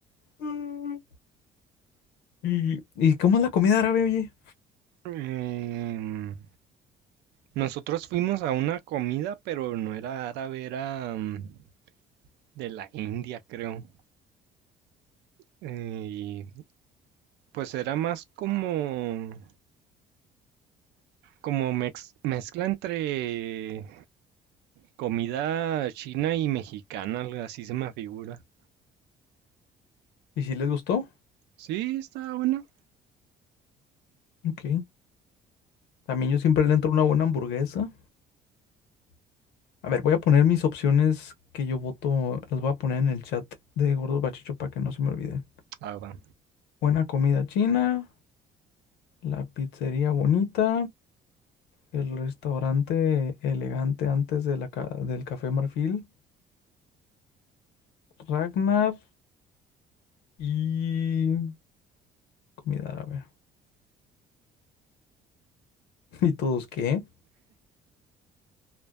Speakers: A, on the left; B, on the right.
A: Mm. ¿Y, y cómo es la comida árabe, oye?
B: Em, nosotros fuimos a una comida, pero no era árabe, era mm, de la India, creo. Eh, Y pues era más como, como mex- mezcla entre comida china y mexicana, algo así se me figura.
A: ¿Y si les gustó?
B: Sí, está bueno.
A: Ok. También yo siempre le entro una buena hamburguesa. A ver, voy a poner mis opciones que yo voto, las voy a poner en el chat de Gordos Bachicho para que no se me olvide.
B: Ah, va.
A: Buena comida china, la pizzería bonita, el restaurante elegante antes de la ca- del Café Marfil, Ragnar y comida árabe. <laughs> ¿Y todos qué?